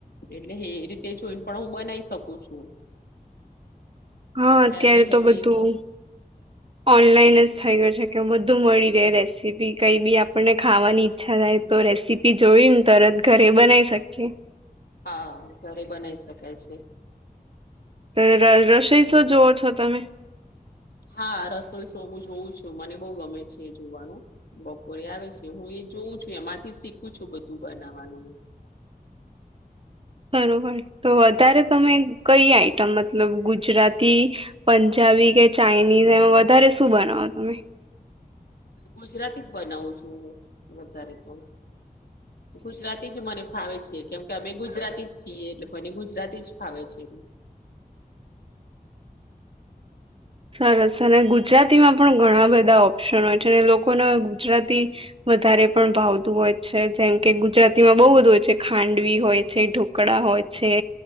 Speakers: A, on the left; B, on the right.
A: એટલે એ રીતે જોઈને પણ હું બનાવી શકું છું.
B: હા અત્યારે
A: હેવી હેવી
B: તો બધું ઓનલાઈન
A: હોય
B: જ થઈ ગય છે કે બધું મળી રહે રેસીપી કઈ બી આપણને ખાવાની ઈચ્છા થાય તો રેસી પી જોઈને તરત ઘરે બનાવી શકીએ.
A: હા, ઘરે બનાવી શકાય છે.
B: <unintelligible> રસોઈ શું જોવો છો તમે?
A: હા રસોઈ સો હું જોઉં છું મને બહુ ગમે છે જોવાનું. બપોરે આવે છે. હું એ જોઉં છું એમાંથી શીખું છું બધું બનાવવાનું.
B: બરોબર તો વધારે તમે કઈ આઈટમ મતલબ ગુજરાતી પંજાબી કે ચાઇનીઝ એમાં વધારે શું બનાવો તમે
A: ગુજરાતી જ બનાવું છું વધારે તો
B: <inaudible>
A: ગુજરાતી જ મને ફાવે છે. કેમ કે અમે ગુજરાતી જ છીએ. એટલે મને ગુજરાતી જ ફાવે છે.
B: સરસ અને ગુજરાતીમાં ઘણા બધા ઓપ્શન હોય છે ને લોકોને ગુજરાતી વધારે પણ ભાવતું હોય છે જેમ કે ગુજરાતીમાં બહુ બધું હોય છે. ખાંડવી હોય છે. ઢોકળા હોય છે.